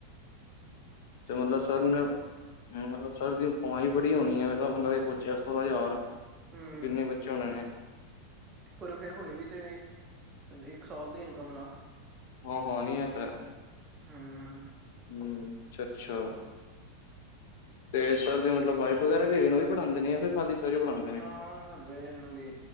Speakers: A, on the left (about 50°); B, on the right (about 15°).
A: ਤੇ
B: ਸੀ
A: ਮਤਲਬ
B: ਪਿੱਛੇ
A: ਸਰ ਨੂੰ
B: ਉਹਨੇ
A: ਮਤਲਬ ਸਰ ਦੀ ਕਮਾਈ ਬੜੀ ਹੋਣੀ ਐ, ਮੈਂ ਕਿਹਾ ਮਤਲਬ ਇੱਕ ਬੱਚੇ ਦਾ ਸੋਲ੍ਹਾ ਹਜ਼ਾਰ
B: ਹੂੰ,
A: ਕਿੰਨੇ ਬੱਚੇ ਹੋਣੇ ਨੇ।
B: ਪਰ ਫਿਰ ਹੋਏ ਵੀ ਤੇ ਇੱਕ ਸਾਲ ਦੀ ਇਨਕਮ ਨਾ।
A: ਹਾਂ-ਹਾਂ ਨਈ ਇਹ ਤਾਂ ਹੈ।
B: ਹੂੰ, ਹੂੰ ।
A: ਹੂੰ, ਅੱਛਾ-ਅੱਛਾ। ਤੇ ਸਰ ਦੀ ਮਤਲਬ ਵਾਈਫ ਵਗੈਰਾ ਵੀ ਹੈਗੇ ਨੇ, ਉਹ ਵੀ ਪੜਾਂਦੇ ਨੇ ਜਾਂ ਫਿਰ ਖਾਲੀ ਸਰ ਹੀ ਪੜ੍ਹਾਂਦੇ ਨੇ
B: ਨਾ, ਹਲੇੇ ਇਹਨਾਂ ਦੀ